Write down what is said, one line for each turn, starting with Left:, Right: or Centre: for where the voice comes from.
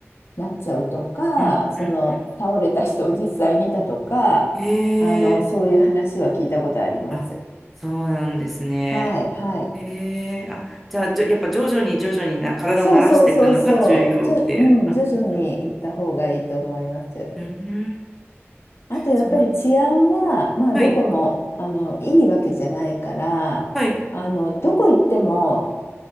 Left: なっちゃうとか、
Centre: うん、
Left: その倒れた人を実際見たとか、
Centre: うん、うん。へえ、
Left: あの、そういう話は聞いたことあります。
Centre: あ、そうなんですね。
Left: はい、はい。
Centre: へえ、あ、じゃあ、じょやっぱ徐々に徐々にな体を慣らしていくのが重要っていう。
Left: そうそうそうそう。じょ、うん、
Centre: あ、
Left: 徐々に行った方がいいと思います。
Centre: うん、うん、うん
Left: あとやっぱり治安は、
Centre: そう。
Left: まあどこも、
Centre: はい、
Left: あの、いいわけじゃないから、
Centre: はい、
Left: あの、どこ行っても、